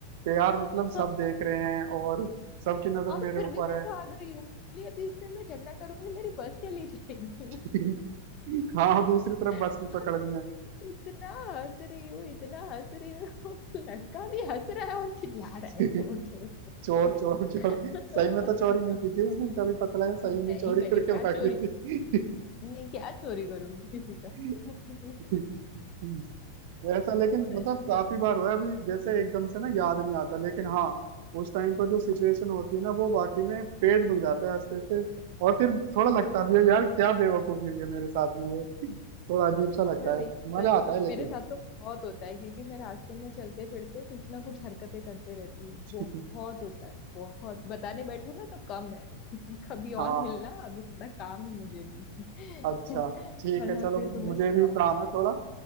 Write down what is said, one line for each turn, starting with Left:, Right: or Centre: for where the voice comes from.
Right: कि यार मतलब सब
Left: <laughs>
Right: देख रहे हैं और सबकी नजर
Left: और
Right: मेरे
Left: फिर
Right: ऊपर
Left: भी मैं
Right: है
Left: भाग रही हूँ मैं बोली अभी इससे मैं झगड़ा करूंगी मेरी बस चली जाएगी
Right: <laughs> हाँ और दूसरी तरफ बस
Left: अरे,
Right: भी पकड़नी है
Left: इतना हंस रही हूँ इतना हंस रही हूँ <laughs> लड़का भी हंस रहा है और चिल्ला रहा
Right: <laughs>
Left: है चोर चोर चोर
Right: चोर चोर
Left: चोर
Right: चोर सही में तो चोरी नहीं की थी उस दिन कभी पता
Left: <laughs>
Right: लगा सही में
Left: नहीं
Right: चोरी
Left: मैंने
Right: करके
Left: क्या
Right: भाग
Left: चोरी
Right: रही
Left: मैं क्या चोरी करूंगी किसी का
Right: थी
Left: <laughs>
Right: <laughs> हम्म। ऐसा लेकिन
Left: सच
Right: मतलब काफी
Left: में
Right: बार हुआ है अभी जैसे एकदम से ना याद नहीं आता लेकिन हाँ उस टाइम पर जो सिचुएशन होती है ना वो वाकई में पेट दुख जाता है हंसते हंसते और फिर थोड़ा
Left: अरे
Right: लगता भी है यार क्या बेवकूफी हुई है मेरे साथ में ये थोड़ा अजीब सा लगता
Left: पर लेकिन
Right: है मजा
Left: सच
Right: आता
Left: में
Right: है लेकिन
Left: मेरे साथ तो बहुत होता है क्योंकि मैं रास्ते में चलते फिरते कुछ ना कुछ हरकतें करते रहती हूँ
Right: <laughs>
Left: बहुत होता है बहुत बताने बैठू ना तो कम है <laughs> कभी
Right: हाँ
Left: और मिलना अभी थोड़ा काम है मुझे भी <laughs>
Right: अच्छा ठीक
Left: वरना
Right: है चलो
Left: फिर तुम्हें
Right: मुझे
Left: सुनाऊंगी
Right: भी काम है
Left: मैं
Right: थोड़ा